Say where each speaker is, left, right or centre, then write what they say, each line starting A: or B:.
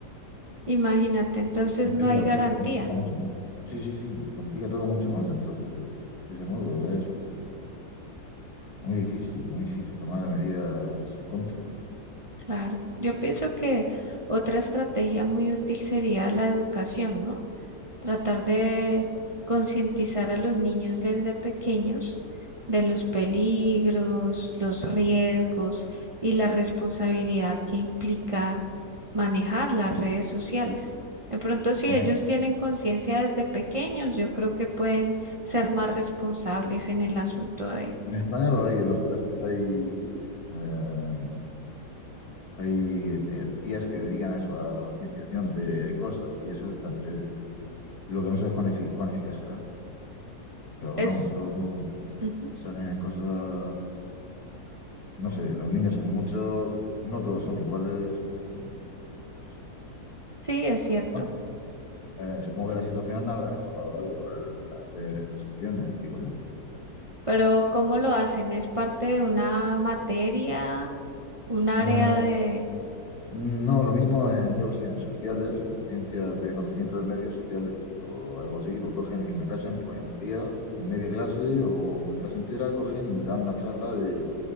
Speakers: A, on the right; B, on the left.
A: Imagínate, entonces
B: complica,
A: no hay garantía.
B: complica mucho más. Sí, sí, sí, complica todo mucho más. Entonces, de ese modo, es Muy difícil, muy difícil tomar medidas en contra.
A: Claro, yo pienso que otra estrategia muy útil sería la educación, ¿no? Tratar de concientizar a los niños desde pequeños de los peligros, los riesgos y la responsabilidad que implica manejar las redes sociales. De pronto, si
B: En,
A: ellos tienen conciencia desde pequeños, yo creo que pueden ser más responsables en el asunto de
B: en España lo hay en los colegios, hay, eh, hay eh, días que dedican a eso, a la concienciación de cosas, y eso está entre ellos. Lo que no sé es cuán, efi- cuán eficaz será, pero
A: es
B: vamos, luego
A: Ujú.
B: estar en cosas, no sé, los niños son muchos, no todos son iguales, mm, no sé, no sé.
A: Sí, es cierto.
B: Bueno, eh, supongo que la situación habrá mejorado algo al, al hacer estas acciones, digo yo.
A: Pero ¿cómo lo hacen? ¿Es parte de una materia, un área
B: Eh,
A: de...
B: No, lo mismo en, yo que sé, en sociales, en ciencias de conocimiento del medio, sociales, o algo así, lo cogen y una clase en pues, un día, media clase o una clase entera, cogen y dan una charla de